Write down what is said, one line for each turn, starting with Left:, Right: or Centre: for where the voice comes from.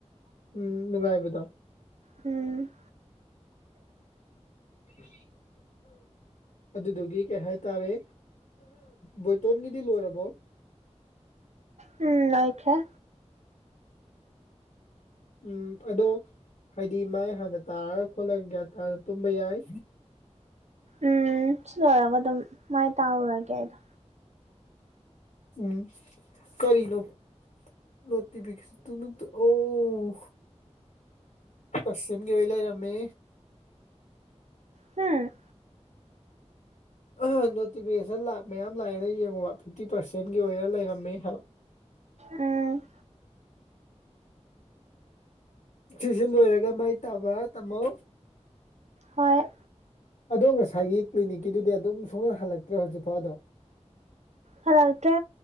Left: ꯎꯝ ꯅꯨꯡꯉꯥꯏꯕꯗꯣ
Right: ꯎꯝ
Left: <unintelligible> ꯑꯗꯨꯗꯨꯒꯤ ꯀꯩꯍꯥꯏꯇꯥꯔꯦ ꯕꯣꯏꯇꯣꯟꯒꯤꯗꯤ ꯂꯣꯏꯔꯕꯣ
Right: ꯎꯝ ꯂꯣꯏꯈ꯭ꯔꯦ
Left: ꯎꯝ ꯑꯗꯣ ꯍꯥꯏꯗꯤ ꯃꯥꯏ ꯍꯥꯟꯅ ꯇꯥꯔꯒ ꯈꯣꯠꯂꯒ ꯒ꯭ꯌꯥꯟ ꯇꯥꯅ ꯇꯨꯝꯕ ꯌꯥꯏ
Right: ꯎꯝ ꯁꯤ ꯂꯣꯏꯔꯒ ꯑꯗꯨꯝ ꯃꯥꯏ ꯇꯥꯔꯨꯔꯒꯦ ꯑꯩꯗꯣ
Left: ꯎꯝ ꯀꯔꯤꯅꯣ ꯅꯣꯇꯤꯐꯤꯀꯦꯁ ꯇꯨꯅꯨ ꯇꯨ ꯑꯣ ꯑꯁꯤꯟꯒꯤ ꯑꯣꯏ ꯂꯩꯔꯝꯃꯦ
Right: ꯍꯨ
Left: ꯑꯍ ꯅꯣꯇꯤꯐꯤꯀꯦꯁꯟ ꯂꯥ ꯃꯌꯥꯝ ꯂꯥꯛꯑꯦꯅ ꯌꯦꯡꯉꯨꯕ ꯐꯤꯐꯇꯤ ꯄꯥꯔꯁꯦꯟꯒꯤ ꯑꯣꯏꯔ ꯂꯩꯔꯝꯃꯦ ꯍꯥꯏꯕ
Right: ꯎꯝ
Left: ꯁꯤꯖꯤ ꯂꯣꯏꯔꯒ ꯃꯥꯏ ꯇꯥꯕ ꯇꯝꯃꯣ
Right: ꯍꯣꯏ
Left: ꯑꯗꯣ ꯉꯁꯥꯏꯒꯤ ꯀ꯭ꯂꯤꯅꯤꯛꯀꯤꯗꯨꯗꯤ ꯑꯗꯨꯝ ꯁꯨꯡꯍꯟ ꯍꯜꯂꯛꯇ꯭ꯔꯦ ꯍꯧꯖꯤꯛꯐꯥꯎ ꯑꯗꯨꯝ
Right: ꯍꯜꯂꯛꯇ꯭ꯔꯦ